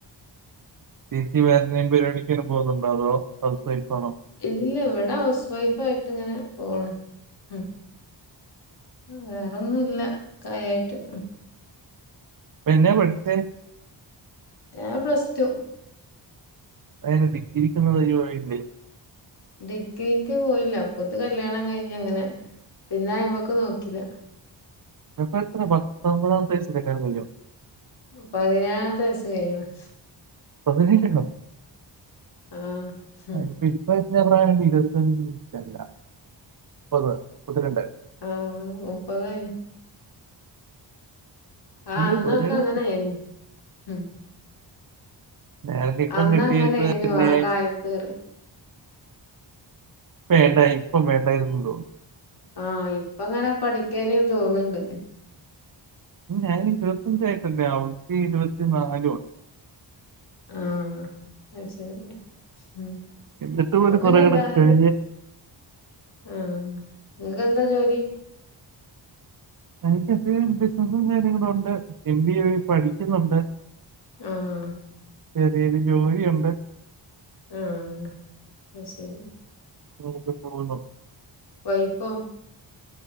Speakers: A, on the right (about 45°); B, on the left (about 60°).
A: ചേചി വേറെന്നേലും പരിവാടി ക്കേനും പോകുന്നുണ്ടോ അതോ ഹൗസ് വൈഫാണോ
B: ഇല്ല ഇവിടെ ഹൗസ് വൈഫായിട്ട് ങ്ങനെ പോണ് ഉം വേറൊന്നുല്ല കാര്യായിട്ട്
A: എന്നാ പഠിച്ചേ
B: ഞാ പ്ലസ് ടു
A: അയെനെ ഡിഗ്രി ക്കൊന്നു <unintelligible>
B: ഡിഗ്രിക്ക് പോയില്ല അപ്പത്ത് കല്യാണം കഴിഞ്ഞ ങ്ങനെ പിന്നെ അയ്മക്ക് നോക്കില്ല
A: ഇപ്പ എത്ര പത്തൊമ്പതാമത്തെ വയസ്സില് കല്ല്യാണം കഴിഞ്ഞോ
B: പതിനെഴാമത്തെ വയസ്സ് കഴിഞ്ഞ്ണ്
A: പതിനേഴ് ലോ
B: ആ ഉം
A: അ ഇപ്പ പ്പ പ്രായണ്ട് ഇരുത്തഞ്ജ് അല്ല മുപ്പത് മുപ്പത്തിരണ്ട്
B: ആഹ് മുപ്പത്കഴിഞ് ആഹ്
A: അയ്യോ
B: അന്നൊക്കെ
A: പതിനേഴ്
B: അങ്ങനെയി
A: വയസ്സ്.
B: ഉം
A: ഞാനൊക്കെ ഇപ്പം
B: അന്ന്
A: കിട്ടിയിട്ട്
B: അങ്ങനെനോ
A: തന്നെ
B: ആ കാലത്ത്റെ
A: പെണ്ട ഇപ്പൊ വേണ്ടായിരുന്നുന്ന് തോന്നു
B: ആഹ് ഇപ്പ അങ്ങനെ പഠിക്കാനേ തോന്നണ്ട്
A: ഞാൻ ഇരുപത്തിഞ്ചായിട്ട്ണ്ട അവക്ക് ഇരുപത്തി നാലുവാ
B: ആഹ് അയ്ശരി ഉം
A: എന്നിട്ടും
B: ഇപ്പ
A: ഒരു
B: പിന്നെ
A: കുറെ
B: എല്ലാരും
A: കൂടെ കഴിഞ്ഞ്
B: ആ നിനക്ക്ന്താ ജോലി?
A: എനിക്ക്ത്രം ബിസിനസും കാര്യങ്ങളുംണ്ട് എം ബി എ പഠിക്കുന്നുണ്ട്
B: ആഹ്
A: ചെറിയൊരു ജോലിയുണ്ട്
B: ആഹ് അയ്ശരി
A: <unintelligible> പോണോ
B: വൈഫോ?